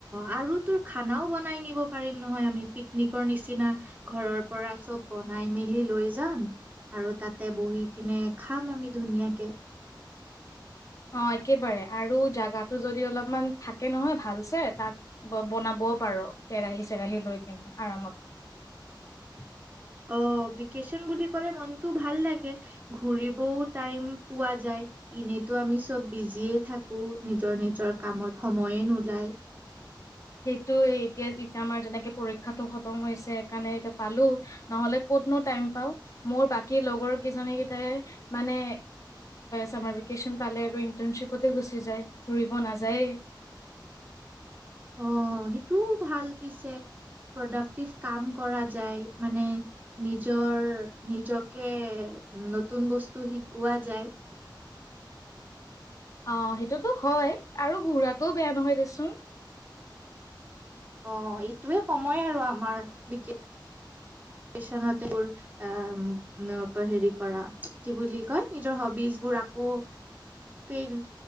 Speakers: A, on the right (about 20°); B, on the left (about 40°).
A: আৰু তোৰ খানাও বনাই নিব পাৰিম নহয় আমি পিকনিকৰ নিচিনা ঘৰৰ পৰা চব বনাই মেলি লৈ যাম আৰু তাতে বহি কিনে খাম আমি ধুনীয়াকে
B: অ একেবাৰে আৰু জাগাটো যদি অলপমান থাকে নহয় ভালছে তাত বনাবও পাৰো কেৰাহী চৰাহি লৈ কিনে আৰামত
A: অ' ভেকেশচন বুলি কলে মনটো ভাল লাগে ঘুৰিবও টাইম পোৱা যায় এনেতো আমি চব বিজিয়ে থাকো নিজৰ নিজৰ কামত সময়ে নোলায়
B: সেইটোৱে এতিয়া আমাৰ যেনেকে পৰীক্ষাটো খতম হৈছে সেইকাৰণে পালো নহলে ক'তনো টাইম পাও মোৰ বাকী লগৰ কেইজনী কেইটাই মানে চামাৰ ভেকেশচন পালে আৰু ইটাৰশ্বিপতে গুচি যায় ঘূৰিব নাযায়েই
A: অঁ সেইটোও ভাল পিছে প্ৰডাক্টিভ কাম কৰা যায় মানে নিজৰ নিজকে নতুন বস্তু শিকোৱা যায়
B: অ' সেইটোতো হয় আৰু ঘূৰাটোও বেয়া নহয় দেছোন হম
A: অ এইটোৱে সময় আৰু আমাৰ ভেকেচন এইবোৰ হেৰি কৰা কি বুলি কয় নিজৰ হবিজ বোৰ আকৌ প্লেন